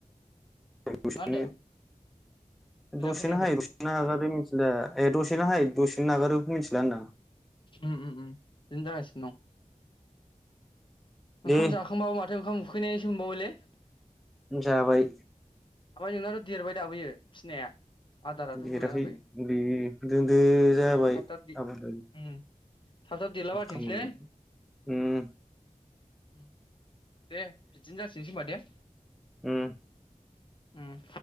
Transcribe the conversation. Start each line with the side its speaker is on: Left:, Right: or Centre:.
Centre: दसेनो
Left: मा होनदों मोजां
Centre: दसेनो
Left: खोनायाखै
Centre: हायो दसेनो मिथिला ए दसेनो हायो दसे मिथिला होनदां
Left: उम उम उम बिदिनो जागासिनो दं।
Centre: दे
Left: ओंखाम जाखांबाबो माथो ओंखाम उखैनायसो मोनबावबायलै।
Centre: जाबाय
Left: नोंनाथ' देरबाय दा बैयो फिसिनाया? आदाराथ'
Centre: देराखै
Left: होना होआखै
Centre: बे दोनदो जाबाय
Left: थाब थाब दे
Centre: आबाद
Left: उम थाब थाब देरला बारथोंसैलै
Centre: खामानिखौ उम।
Left: उम दे बिदिनो जाथिंसै होनोमबा दे
Centre: उम।
Left: उम